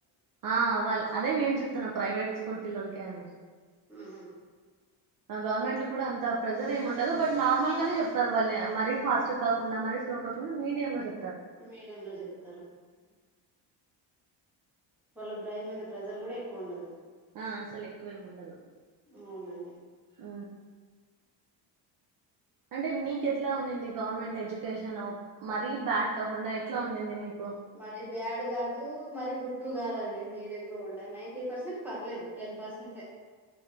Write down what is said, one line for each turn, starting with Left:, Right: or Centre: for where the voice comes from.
Right: ఆ అ అదే నేను చెప్తున్నా ప్రైవేట్ స్కూల్ పిల్లలకే అని
Centre: ఉహ్
Right: గవర్నమెంట్ లో కూడా అంత ప్రెజర్ ఏమి ఉండదు బట్ నార్మల్ గానే చెప్తారు వాళ్ళని మరీ ఫాస్ట్ కాకుండా మరీ సోకకుండా మీడియ చె
Centre: మీడియం లో చెప్తారు వాళ్ళ బ్రెయిన్ మీద ప్రెజర్ కూడా ఎక్కువ ఉండదు
Right: ఆ అసలు ఎక్కువేమి ఉండదు
Centre: అవునండి
Right: ఆ అంటే మీకు ఎట్లా ఉన్నింది గవర్నమెంట్ ఎడ్యుకేషన్ మరీ బ్యాడ్ కాకుండా ఎట్లా ఉంది మీకు
Centre: మరి బ్యాడ్ కాదు మరి గుడ్డు కాదండి మీడియం లో ఉండే నైన్టీ పర్సెంట్ పర్లేదు టెన్ పర్సెంటే